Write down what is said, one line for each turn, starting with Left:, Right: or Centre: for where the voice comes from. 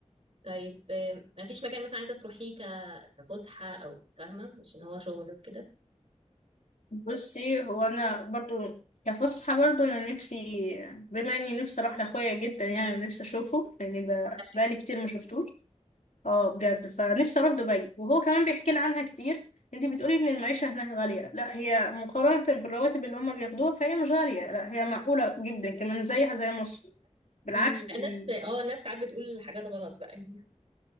Right: طيب آه، مفيش مكان مثلا عايزة تروحيه ك- كفسحة أو فاهمة مش إن هو شغل وكده
Left: بصي هو انا برضو كفسحه برضو انا نفسي بما اني نفسي اروح لاخويا جدا يعني نفسي اشوفه لاني ب-
Right: وحشك
Left: بقالي كتير ما شفتوش اه بجد فنفسي اروح دبي وهو كمان بيحكي لي عنها كتير انت بتقولي ان المعيشه هناك غاليه لا هي مقارنه بالرواتب اللي هم بياخدوها فهي مش غاليه لا هي معقوله جدا كمان زيها زي مصر بالعكس
Right: مم،
Left: يعني
Right: الناس اه الناس ساعات بتقول حاجات غلط بقى يعني